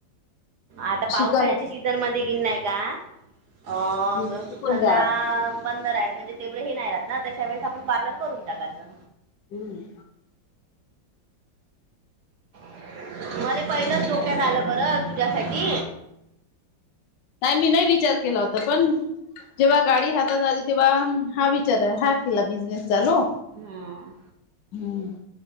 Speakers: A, on the right; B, on the left.
A: आता पावसाळ्याच्या
B: शिकाय लागत
A: सीझन मध्ये गिन नाही का? अं
B: शिकून
A: ग घल्लाम
B: घ्या लागत
A: बंदराय म्हणजे तेवढे हे नाही ऱ्हात ना, त्याच्या वेळेस आपण पार्लर करून टाकायचं.
B: हंम.
A: <inaudible> मला पहिलंच डोक्यात आलं बरं तुझ्यासाठी.
B: नाही मी नाही विचार केला होता पण जेव्हा गाडी हातात आली तेव्हा, हा विचार हा केला बिझनेस चालू.
A: हं,
B: हम्म